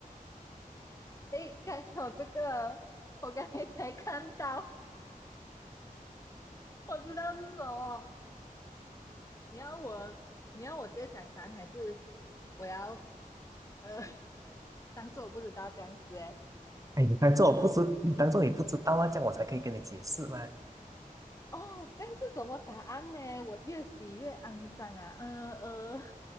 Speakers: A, on the left; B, on the right.
A: 诶，看我这个，我刚才才看到，我知道是什么。你要我，你要我直接讲答案，还是我要呃 <laughs> 当做我不知道这样子？诶，
B: 哎，你当做我不知，你当做你不知道啊，这样我才可以跟你解释嘛。
A: 哦，这样是什么答案呢？我越洗越肮脏啊！呃呃